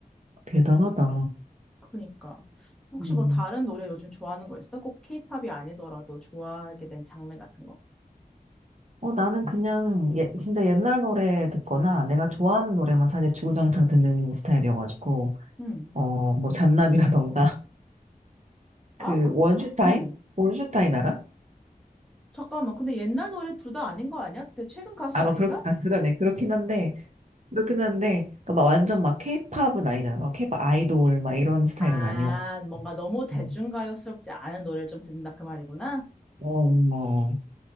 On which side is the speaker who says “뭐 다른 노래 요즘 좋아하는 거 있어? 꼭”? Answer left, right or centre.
Centre